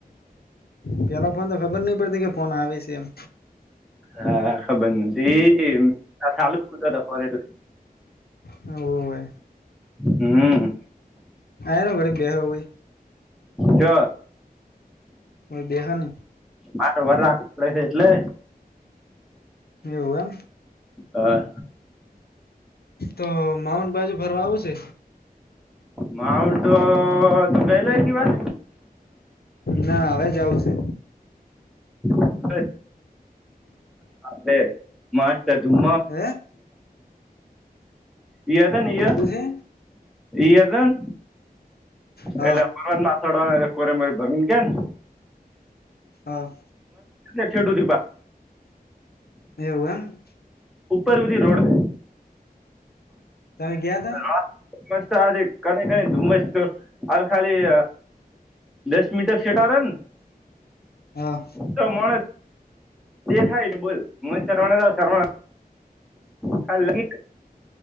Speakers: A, on the left (about 80°); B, in the centre.
A: તો પેલા ફોન તો ખબર નહી પડતી કે ફોન આવે છે એમ
B: હા ખબર નથી એ ચાલુ કધ ફરે એટલે <inaudible>
A: હ હોવે
B: હમ
A: આયો ને ઘડીક બે હોવે.
B: જ
A: મારી બેહન
B: મારે વર રાખ પડે છે એટલે?
A: એવું એમ?
B: હા
A: તો માઉન્ટ બાજુ ફરવા આઉ સે?
B: માઉન્ટ તું ગયેલો એકેવાર?
A: ના હવે જાઉં છે.
B: <inaudible> છે મસ્ત ધૂમ
A: હે?
B: ઈ હત ને ઈય
A: શું છે
B: ઈ હત ન
A: હ હ
B: એટલે <inaudible> કોરેમોરે ભમીને ગયા ને.
A: હહ
B: એટલે છેટુ થયું પા
A: એવું એમ?
B: ઉપર બધી રોડ છે.
A: તમે ગયાતા?
B: હા મસ્ત આરી કની કનીને ધુમ્મસ હવે ખાલી દસ મીટર સેટા રે ને
A: હા
B: તો મોણ જ દેખાયની બોલ <unintelligible> ખાલી